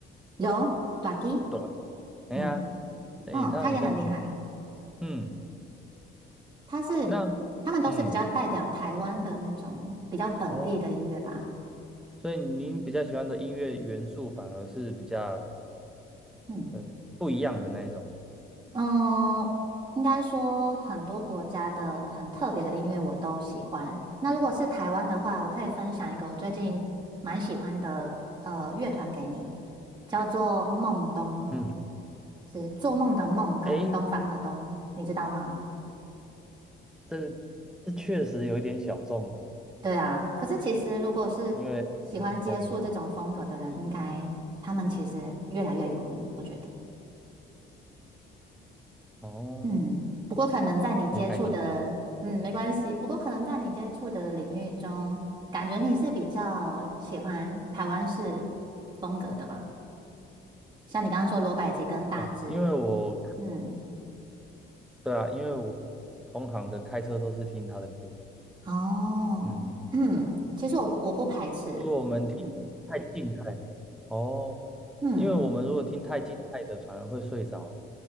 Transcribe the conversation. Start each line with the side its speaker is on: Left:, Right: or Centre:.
Right: 有 Ducky，
Centre: 短，哎呀，
Right: 嗯嗯，
Centre: 哎，
Right: 哦他也很厉害，
Centre: 他很像，嗯，
Right: 他是他们都是比较代表台湾的那种比较本地的音乐吧，
Centre: 那，嗯，哦，所以您比较喜欢的音乐元素反而是比较
Right: 嗯
Centre: 呃不一样的那一种，
Right: 嗯，应该说很多国家的很特别的音乐我都喜欢。那如果是台湾的话，我可以分享一个我最近蛮喜欢的呃乐团给你，叫做梦东，
Centre: 嗯，
Right: 是做梦的梦跟东方的东，
Centre: 哎，
Right: 你知道吗？
Centre: 这这确实有一点小众哦，
Right: 对啊，可是其实如果是喜欢接触这种风格的人，
Centre: 因为，哦
Right: 应该他们其实越来越有名，我觉得。
Centre: 哦，
Right: 嗯，不过可能在你接触的，
Centre: 没概念
Right: 嗯，没关系。不过可能在你接触的领域中，感觉你是比较喜欢台湾式风格的嘛？像你刚刚说罗百吉跟大只，
Centre: 哦，因为我，
Right: 嗯，
Centre: 对啊，因为我同行的开车都是听他的歌。
Right: 哦，
Centre: 嗯，
Right: 嗯，其实我不我不排斥，
Centre: 如果我们听太静态，
Right: 嗯
Centre: 哦，
Right: 嗯
Centre: 因为我们如果听太静态的，反而会睡着，